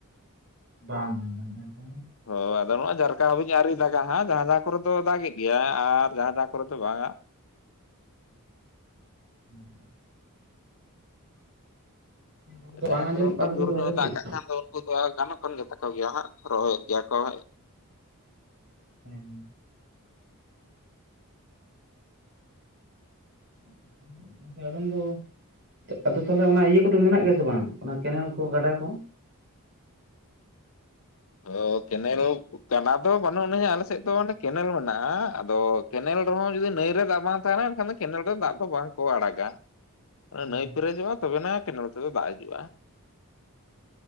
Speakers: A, on the right; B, on the left.
A: ᱵᱟᱝ ᱵᱟᱝ ᱵᱟᱝ ᱜᱚᱝᱠᱮ
B: ᱦᱳ ᱟᱫᱚ <unintelligible> ᱟᱹᱣᱨᱤ ᱫᱟᱜᱟ ᱦᱟᱜ ᱡᱟᱦᱟᱸ ᱠᱚᱨᱮ ᱫᱚ ᱫᱟᱜᱮ ᱜᱮᱭᱟ ᱟᱨ ᱡᱟᱦᱟᱸ ᱫᱟᱜ ᱠᱚᱨᱮ ᱫᱚ ᱵᱟᱝ-ᱟ
A: ᱦᱮᱸ ᱨᱚᱲ ᱫᱚ
B: ᱡᱟᱦᱟᱸ
A: ᱵᱟᱝ ᱟᱸᱡᱚᱢᱚᱜ
B: ᱠᱚᱨᱮ ᱚᱱᱠᱟ
A: ᱠᱟᱱ ᱛᱟᱵᱤᱱ
B: ᱡᱳᱨ
A: ᱫᱚ
B: ᱧᱚᱜ
A: ᱵᱷᱟᱜᱮ
B: ᱮ
A: ᱴᱷᱤᱠ
B: ᱫᱟᱜ ᱠᱟᱜ ᱠᱷᱟᱱ ᱫᱚ ᱩᱱᱠᱩ ᱫᱚ ᱜᱟᱱᱚᱜ ᱠᱟᱱ ᱜᱮᱛᱟ ᱠᱚ ᱜᱮᱭᱟ ᱦᱟᱸᱜ ᱨᱚᱦᱚᱭᱮᱫ ᱜᱮᱭᱟ ᱠᱚ ᱦᱟᱸᱜ
A: ᱦᱮᱸ <unintelligible> ᱫᱚ ᱟᱫᱚ ᱛᱟᱦᱚᱞᱮ ᱚᱱᱟ ᱤᱭᱟᱹ ᱠᱚᱫᱚ ᱢᱮᱱᱟᱜ ᱜᱮᱭᱟ ᱥᱮ ᱵᱟᱝ ᱚᱱᱟ ᱠᱮᱱᱮᱞ ᱠᱚ ᱜᱟᱰᱟ ᱠᱚ
B: ᱚ ᱠᱮᱱᱮᱞ
A: ᱦᱮᱸ
B: ᱠᱟᱸᱰᱟ ᱫᱚ ᱵᱟᱹᱱᱩᱜ ᱟᱹᱱᱤᱡ ᱟᱞᱮ ᱥᱮᱫ ᱫᱚ ᱚᱸᱰᱮ ᱠᱮᱱᱮᱞ ᱢᱮᱱᱟᱜᱼᱟ ᱟᱫᱚ ᱠᱮᱱᱮᱞ ᱨᱮᱦᱚᱸ ᱡᱩᱫᱤ ᱱᱟᱹᱭ ᱨᱮ ᱫᱟᱜ ᱵᱟᱝ ᱛᱟᱦᱮᱱᱟ ᱮᱱᱠᱷᱟᱱ ᱫᱚ ᱠᱮᱱᱮᱞ ᱨᱮ ᱫᱟᱜ ᱫᱚ ᱵᱟᱝ ᱠᱚ ᱟᱲᱟᱜᱟ
A: ᱦᱮᱸ
B: ᱱᱟᱹᱭ ᱯᱮᱨᱮᱡᱚᱜᱼᱟ ᱛᱚᱵᱮᱱᱟ ᱠᱮᱱᱮᱞ ᱛᱮᱫᱚ ᱫᱟᱜ ᱦᱤᱡᱩᱜᱼᱟ